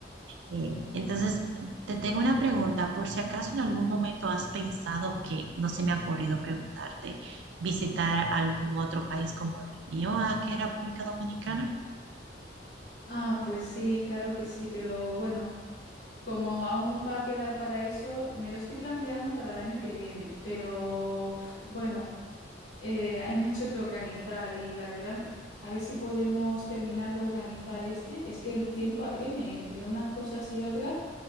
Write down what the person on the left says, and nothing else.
Ah, pues sí, claro que sí, pero bueno, como aún va a quedar para eso, me lo estoy planteando para el año que viene, pero uf, bueno, eh, hay mucho que organizar y la verdad, a ver si podemos terminar de organizar este, es que el tiempo apremia y entre unas cosas y otras.